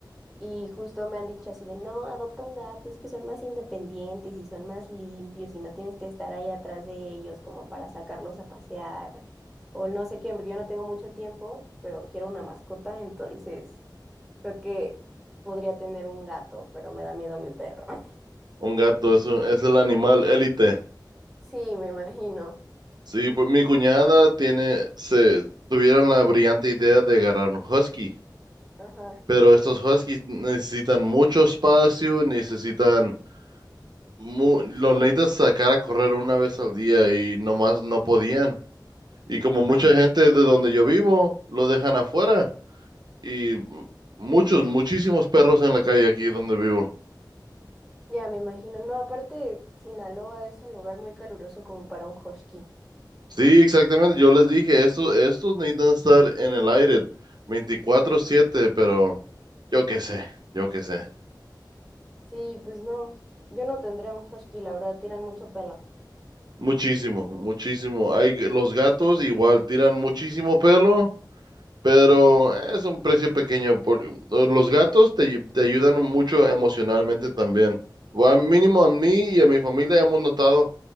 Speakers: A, in the centre; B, on the right.
A: y justo me han dicho así de, no, adopta un gato, es que son más independientes y son más limpios y no tienes que estar ahí atrás de ellos como para sacarlos a pasear o no sé qué, porque yo no tengo mucho tiempo, pero quiero una mascota, entonces creo que podría tener un gato, pero me da miedo mi perro. <laughs>
B: un gato es, un- es el animal élite.
A: Sí, me imagino.
B: Sí, pues mi cuñada tiene, se tuvieron la brillante idea de agarrar un husky.
A: Ajá.
B: Pero estos Huskies necesitan mucho espacio, necesitan, mu- los necesitas sacar a correr una vez al día y nomás no podían. Y como mucha
A: Ajá.
B: gente de donde yo vivo, lo dejan afuera. Y muchos, muchísimos perros en la calle aquí donde vivo.
A: Ya, me imagino. No, aparte, Sinaloa es un lugar muy caluroso como para un husky.
B: Sí, exactamente. Yo les dije, estos, estos necesitan estar en el aire veinticuatro siete. pero yo qué sé, yo qué sé.
A: Sí, pues no, yo no tendría un husky, la verdad, tiran mucho pelo.
B: Muchísimo, muchísimo. Hay, los gatos igual tiran muchísimo pelo. Pero es un precio pequeño. Por, los gatos te, te ayudan mucho emocionalmente también. O al mínimo a mí y a mi familia hemos notado